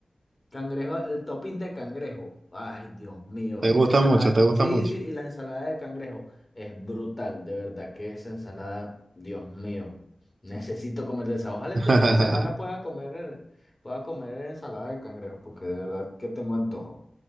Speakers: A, on the left; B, on the right.
A: Cangrejo, el topping de cangrejo. Ay, Dios mío.
B: Te
A: Y
B: gusta
A: la ensalada,
B: mucho, te gusta
A: sí,
B: mucho.
A: sí, y la ensalada de cangrejo es brutal, de verdad que esa ensalada, Dios mío. Necesito comer de esa. Ojalá
B: <laughs>
A: este fin de semana pueda comer, pueda comer ensalada de cangrejo, porque de verdad que tengo antojo.